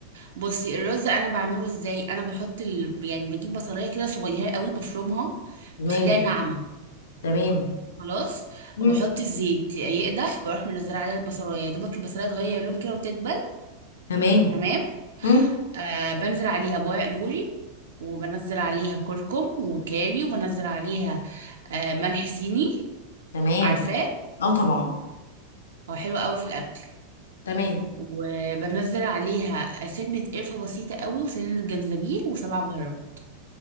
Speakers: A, on the right (about 60°); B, on the left (about 65°).
A: بصي الرز انا بعمله ازاي انا بحط ال... يعني بجيب بصلايه كده صغيره قوي بفرمها
B: تمام
A: بخليها ناعمه
B: تمام
A: خلاص
B: مم.
A: وبحط الزيت يقدح بروح منزله عليها البصلايه يا دوبك البصلايه تغير لون كده وتدبل
B: تمام
A: تمام
B: مم.
A: آه بنزل عليها بورق لوري وبنزل عليها كركم وكاري وبنزل عليها آه ملح صيني
B: تمام
A: عارفاه
B: اه طبعا
A: هو حلو قوي في الاكل
B: تمام
A: وبنزل عليها سنة قرفة بسيطة قوي وسنة جنزبيل وسبع بهارات